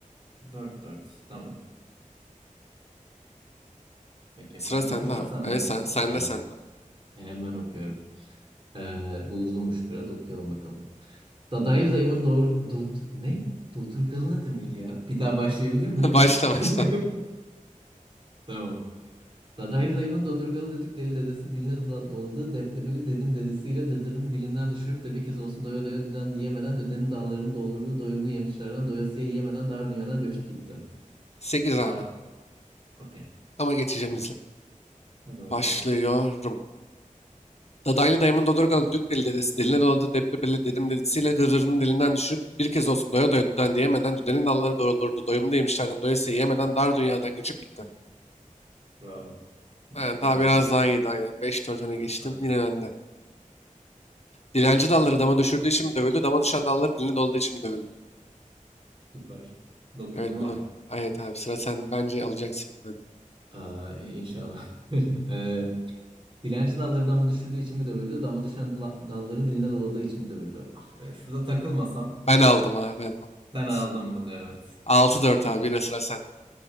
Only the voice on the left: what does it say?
Sıra
sende
abi.
Evet
sen, sende
sende.
<laughs> Başla başla.
Sekiz
abi.
Ama geçeceğim izle.
Başlıyorum. Dadaylı dayımın Dodurga'da düdük deli dedesi, diline doladı deptebeli dedim dedisiyle gırrının dilinden düşürüp bir kez olsun doya doya düden diyemeden düdenin dalları doğrulurdu. Doyumu demişlerden doyasıya yemeden dar dünyadan göçüp gitti.
Ha, daha
biraz
daha iyiydi aynen. beş dört öne geçtim
yine bende. Dilenci dalları dama düşürdüğü için mi dövüldü? Dama düşen dalları diline doladığı için mi dövüldü?
Evet bunu.
Evet abi sıra sen bence alacaksın. bunu.
Ben aldım abi ben aldım.
Evet.
altı dört
abi yine sıra sende.